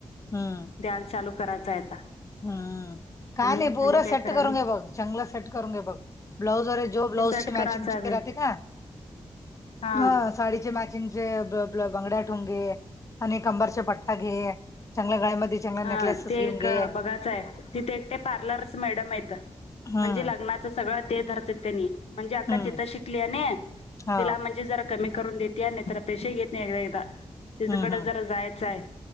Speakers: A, on the left (about 30°); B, on the left (about 80°).
A: हम्म
B: द्याला चालू करायचंय‌ आता.
A: हम्म, का
B: आणि
A: नाही पूर
B: आणि काय
A: सेट
B: करायली
A: करून घे बघ, चांगला सेट करून घे बघ. ब्लाऊज वर जो ब्लाऊज
B: ते सट
A: ची
B: करायचं
A: मॅचिंग
B: आहे
A: <unintelligible>
B: बाई
A: राहती ना
B: हा.
A: ह साडीचे मॅचिंगचे ब ब ब्ल बंगड्या ठेऊन घे. आणि कंबरच्या पट्टठा घे, चांगल्या गळ्यामध्ये चांगला नेकलेसेस
B: हा ते
A: घेऊन
B: एक
A: घे.
B: बघायचाय. तिथं एक ते पार्लरस मॅडम हायतं,
A: हम्म
B: म्हणजे लग्नाचं सगळं ते धरतेत त्यांनी. म्हणजे अक्का
A: हम्म
B: तिथं शिकले ने
A: हो
B: तिला म्हण जे जरा कमी करून देते आणि त पैशा घेत नाय <unintelligible> तिच्याकडं
A: हम्म हम्म
B: जरा जायचंय